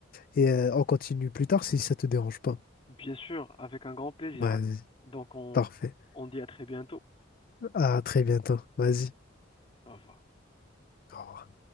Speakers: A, on the left (about 50°); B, on the left (about 30°).
A: Et euh, on continue plus tard si ça te dérange pas.
B: Bien sûr, avec un grand plaisir.
A: Vas-y.
B: Donc, on,
A: Parfait.
B: on dit à très bientôt.
A: À très bientôt. Vas-y.
B: Au revoir.
A: Au revoir.